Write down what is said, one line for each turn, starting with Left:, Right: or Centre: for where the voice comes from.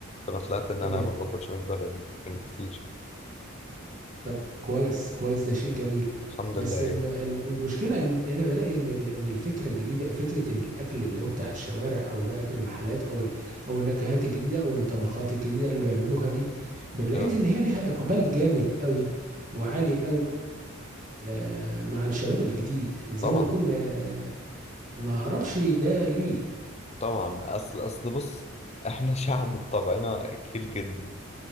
Left: فأنا طلعت إن
Right: تمام
Left: أنا ما باكلش من بره كتير
Right: طب كويس كويس ده شيء جميل
Left: الحمد
Right: بس
Left: لله
Right: الم-
Left: يعني
Right: الم- المشكله ان انا بلاقي ان ال- ان الفكره الجديده فكره ان الاكل اللي هو بتاع الشوارع او اكل المحلات او ال- او النكهات الجديده او الطبخات الجديده اللي بيعملوها دي لقيت
Left: اه
Right: ان هي ليها اقبال جامد قوي وعالي قوي ل- مع الشباب الجديد زي
Left: طبعا
Right: ما يكون آه، ما اعرفش ده ليه
Left: طبعا أصل أصل بص إحنا شعب بطبعنا أكيل جدا